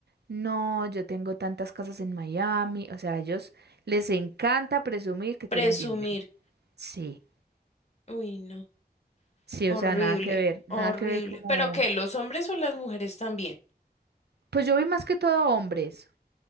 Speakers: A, on the right; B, on the left.
A: no, yo tengo tantas casas en Miami, o sea, a ellos les encanta presumir que
B: presumir.
A: tienen dinero, sí,
B: Uy, no.
A: sí,
B: Horrible,
A: o sea, nada que ver, nada
B: horrible.
A: que ver como,
B: ¿Pero qué? ¿Los hombres o las mujeres también?
A: pues yo vi más que todo hombres.